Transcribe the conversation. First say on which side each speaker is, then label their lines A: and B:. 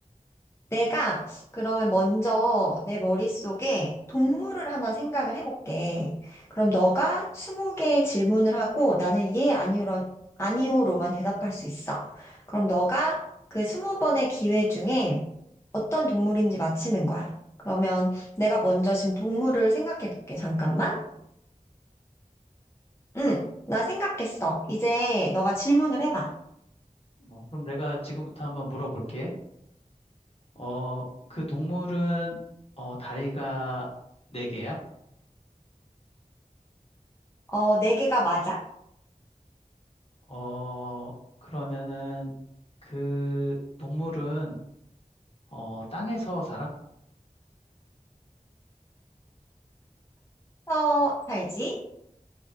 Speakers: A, on the left (about 20°); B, on the left (about 45°).
A: 내가 그러면 먼저 내 머릿속에 동물을 하나 생각을 해볼게. 그럼 너가 20개의 질문을 하고 나는 예, 아니오로, 아니오로만 대답할 수 있어. 그럼 너가 그 20번의 기회 중에 어떤 동물인지 맞히는 거야. 그러면 내가 먼저 지금 동물을 생각해 볼게. 잠깐만. 응, 나 생각했어. 이제 너가 질문을 해봐.
B: 어, 그럼 내가 지금부터 한번 물어볼게. 어, 그 동물은 어, 다리가 네개야
A: 어, 네 개가 맞아.
B: 어, 그러면은 그 동물은 어, 땅에서 살아?
A: 서 살지?